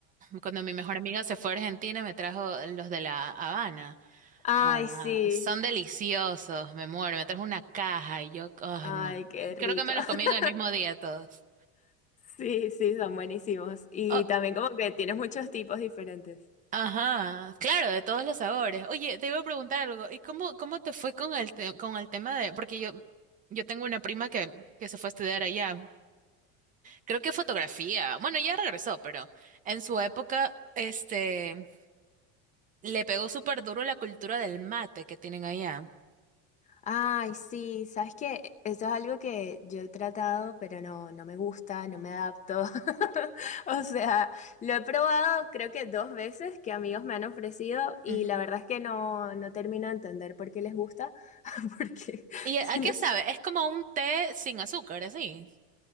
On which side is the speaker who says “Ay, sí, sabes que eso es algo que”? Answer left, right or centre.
Left